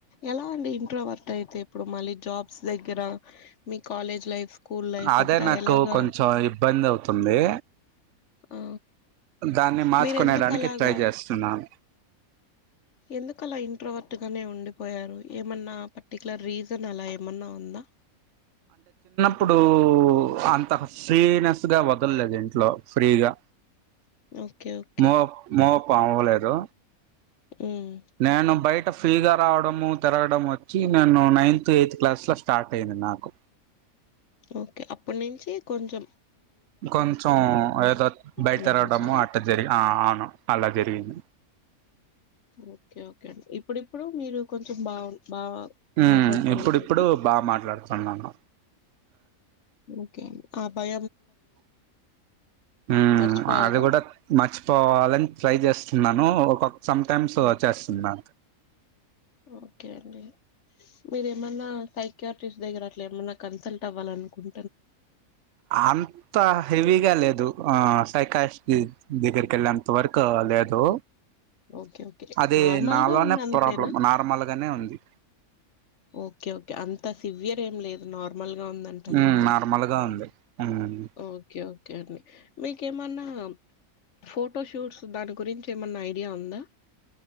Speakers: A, on the left; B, on the right.
A: ఎలా అండి ఇంట్రోవెర్టె అయితే ఇప్పుడు మళ్ళీ జాబ్స్ దగ్గర మీ కాలేజ్ లైఫ్ స్కూల్ లైఫ్
B: అదే
A: అంతా
B: నాకు
A: ఎలాగా
B: కొంచెం ఇబ్బంది అవుతుంది
A: అ
B: దాన్ని మార్చుకునేడానికి
A: మీరు ఎందుకులాగా
B: ట్రై చేస్తున్నాను
A: ఎందుకు అలా ఇంట్రవర్ట్ గానే ఉండి పోయారు ఏమన్నా పర్టికలర్ రీజన్ అలా ఏమన్నా ఉందా
B: ఇప్పుడు అంత ఫ్రీనెస్గా వదలలేదు ఇంట్లో ఫ్రీగా
A: ఓకే ఓకే
B: మూవ మూవప్ప అవ్వలేదు
A: ఉమ్,
B: ననబైక్ అ ఫ్రీగా రావడము తిరగడం వచ్చి, నేను నైన్త్ ఎయిత్ క్లాస్ లో స్టార్ట్ అయింది నాకు
A: ఓకే అప్పటి నుంచి కొంచం
B: కొంచెం ఏదో బయట
A: అలా
B: తరగడము
A: చేశారా
B: అట్ట జరిగి ఆ అవును అలా జరిగింది
A: ఓకే ఓకే అండి ఇప్పుడిప్పుడు మీరు కొంచెం బాగు బాగా
B: ఆ
A: మాట్లాడుతున్నారు
B: ఇప్పుడిప్పుడు
A: అయితే
B: బాగా మాట్లాడుతున్నాను
A: ఓకే ఆ పై
B: హ
A: మర్చిపోయారా
B: అది కూడా మర్చిపోవాలని ట్రై చేస్తున్నారు నను ఒక సమ్టైమ్స్
A: ఉమ్,
B: వ చేస్తున్నా
A: ఓకే అండి మీరేమన్నా సైక్యూరిటిస్ట్ దగ్గర అట్లా ఏమన్నా కన్సల్ట్ అవ్వాలనుకుం
B: అంత హెవీగా లేదు ఆ పైకాష్ దగ్గరిక వెళ్ళంత వరకు లేదు
A: ఓకే ఓకే
B: అది
A: నార్మల్
B: నాలోనే
A: గా ఉంది అంతేనా
B: ప్రాబ్లం నార్మల్గానే ఉంది
A: ఓకే ఓకే అంత సివియర్ ఏం లేదు నార్ మలుగా ఉందంటారు
B: ఉమ్
A: అంతే
B: నార్మల్ గా ఉంది ఉమ్
A: ఓకే ఓకే అండి మీ క ఏమన్నా ఫోటోషూట్స్ దాని గురించి ఏమన్నా ఐడియా ఉందా